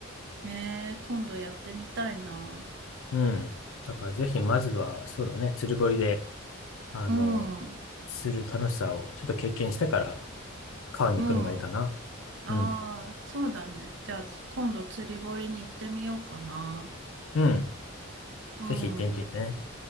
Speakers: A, on the right; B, on the left.
A: えー、今度やってみたいな。
B: うん。だからぜひまずは、そうだね、釣り堀で、あの、
A: うん。
B: する楽しさをちょっと経験してから、川に行くのがいいかな。
A: うん。ああ、
B: うん、
A: そうだね。じゃあ今度釣り堀に行ってみようかな。
B: うん。
A: う
B: ぜひ行ってみてね。
A: ん。